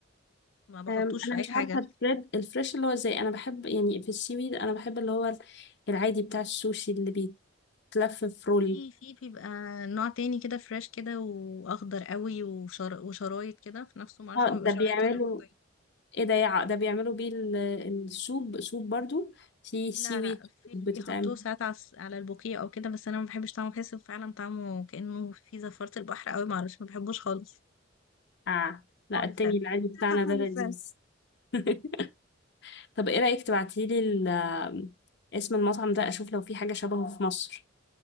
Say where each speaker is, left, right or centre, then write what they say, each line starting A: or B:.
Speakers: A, on the left; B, on the left.
A: بحطوش
B: أم، انا
A: في اي
B: مش
A: حاجه
B: عارفه البريد الفريش اللي هو زي انا بحب يعني في السي ويد انا بحب اللي هو العادي بتاع السوشي اللي بيتلف في رول
A: في في بيبقى نوع تاني كده فريش كده واخضر قوي وشر... وشرايط كده في نفسه معرفش
B: اه
A: هو بيبقى
B: ده
A: شرايط
B: بيعملوا
A: ولا بيبقى قطعين
B: ايه ده يع- ده بيعملوا بيه ال- السوب سوب برضو في سيوي
A: لا لا في
B: بتتعمل
A: بيحطوه ساعات على الس- على البوكيه او كده بس انا ما بحبش طعمه بحس فعلا طعمه كانه في زفاره البحر قوي معرفش ما بحبوش خالص
B: اه لا
A: خالص
B: التاني
A: فعلا
B: العادي بتاعنا
A: خالص
B: ده لذيذ
A: فعلا
B: <laughs> طب ايه رأيك تبعتيلي ال- اسم المطعم ده اشوف لو في حاجة شبهه في مصر